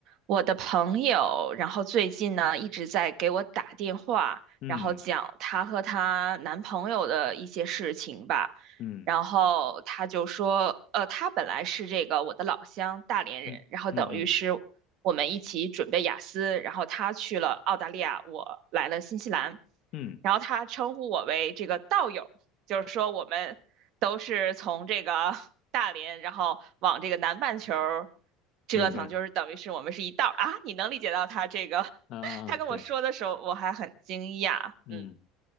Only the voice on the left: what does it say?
嗯
嗯
嗯嗯嗯
嗯，
明白
啊啊啊，
对，
嗯，